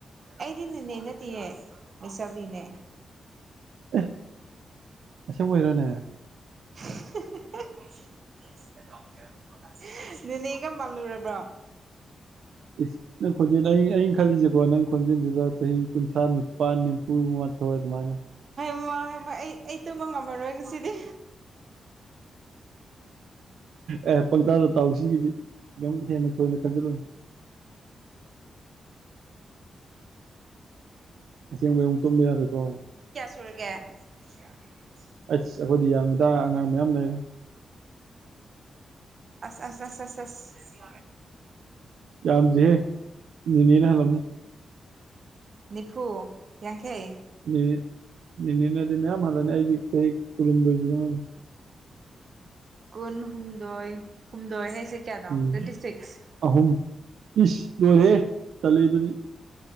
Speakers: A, on the right (about 45°); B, on the right (about 80°).
A: ꯑꯩꯗꯤ ꯅꯤꯅꯦ ꯅꯠꯇꯤꯌꯦ ꯂꯩꯁꯥꯕꯤꯅꯦ
B: ꯑꯦ ꯑꯁꯦꯡꯕꯩꯔꯅꯦ
A: <unintelligible> ꯅꯤꯅꯦꯒ ꯃꯥꯜꯂꯨꯔꯕ꯭ꯔꯣ
B: ꯏ꯭ꯁ ꯅꯪ ꯈꯣꯟꯖꯦꯜ ꯑꯩ ꯑꯩ ꯈꯜꯂꯤꯁꯦꯀꯣ ꯅꯪ ꯈꯣꯟꯖꯦꯜꯗꯨꯒ ꯆꯍꯤ ꯀꯨꯟꯊ꯭ꯔꯥ ꯅꯤꯄꯥꯟ ꯅꯤꯝꯐꯨꯒ ꯃꯊꯣꯏ ꯑꯗꯨꯃꯥꯏꯅ
A: ꯃꯥꯏꯃꯥ ꯑꯩ ꯑꯩ ꯇꯨꯝꯕ ꯉꯝꯃꯔꯣꯏ ꯉꯁꯤꯗꯤ
B: ꯑꯦ ꯄꯪꯇꯥꯗ ꯇꯥꯎ ꯁꯤꯒꯤꯗꯤ ꯌꯥꯝ ꯍꯦꯟꯅ ꯊꯣꯏꯅ ꯈꯟꯖꯜꯂꯨꯅꯣ ꯑꯁꯦꯡꯕ ꯑꯃꯨꯛ ꯇꯨꯝꯕ ꯌꯥꯔꯣꯏꯀꯣ
A: ꯗꯧꯔꯒꯦ
B: ꯑꯩꯁ ꯑꯈꯣꯏꯗꯤ ꯌꯥꯝꯃꯤꯗ ꯑꯉꯥꯡ ꯃꯌꯥꯝ ꯂꯩꯔꯦ
A: ꯑꯁ ꯑꯁ ꯑꯁ ꯑꯁ ꯑꯁ
B: ꯌꯥꯝꯗꯔꯤꯍꯦ ꯅꯤꯅꯦꯅ ꯍꯜꯂꯝꯅꯤ
A: ꯅꯤꯐꯨ ꯌꯥꯡꯈꯩ
B: ꯅꯤꯅꯦ ꯅꯤꯅꯦꯅꯗꯤ ꯃꯌꯥꯝ ꯍꯜꯂꯅꯤ ꯑꯩꯗꯤ ꯆꯍꯤ ꯀꯨꯟꯍꯨꯝꯗꯣꯏ ꯁꯨꯗ ꯉꯥꯏꯔꯤ
A: ꯀꯨꯟ ꯍꯨꯝꯗꯣꯏ ꯍꯨꯝꯗꯣꯏ ꯍꯥꯏꯁꯦ ꯀꯌꯥꯅꯣ
B: ꯎꯝ
A: ꯇ꯭ꯋꯦꯟꯇꯤ ꯁꯤꯛꯁ
B: ꯑꯍꯨꯝ ꯏꯁ ꯂꯣꯏꯍꯦ ꯇꯜꯂꯦ ꯑꯗꯨꯗꯤ